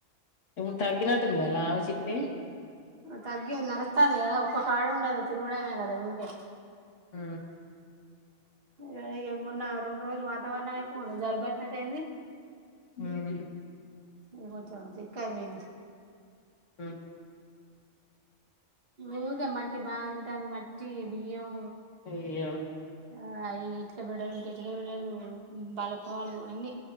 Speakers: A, on the left; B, on the right.
A: ఇప్పుడు తగ్గినట్టు ఉంది కదా లావు చిన్ని
B: తగ్గిది నడుస్తాంది కదా ఒక్క కాడు ఉండదు తరుగుడమే గద ఊకె
A: ఆ
B: ఇవగ మొన్న రెండు రోజులు మా వర యితే యిపోవు జలుబు బెట్టనా టయింది
A: ఉమ్
B: ఏ చ ఇక్కపోంది
A: ఉమ్
B: ఊగే మట్టి బాగా తింటాంది మట్టి బియ్యం
A: అయ్యో
B: ఆ అవి ఇటుకబిడ్డలు ఉంటే ఇటుకబిడ్డలు బలపలు అన్ని